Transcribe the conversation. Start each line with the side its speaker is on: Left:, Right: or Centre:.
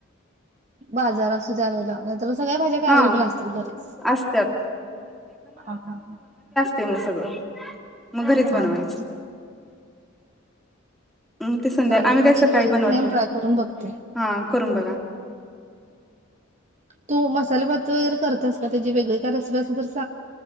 Right: बाजार असतो त्या वेळेला नाही तर सगळ्या भाज्या काय
Centre: हा
Right: अवेलेबल असत्यातच घरी.
Centre: असत्यात
Right: हा हा हा.
Centre: ते मग सगळं मग घरीच बनवायच.
Right: हा
Centre: मग ते संध्या
Right: चाल
Centre: आम्ही काही
Right: मी कधी
Centre: सकाळी
Right: बघित
Centre: बनवत
Right: नाही ट्राय करून बघते
Centre: हा करून बघा
Right: तू मसाला भात वगैरे करतेस का त्याची वेगळी काय रेसिपी असेल तर सांग.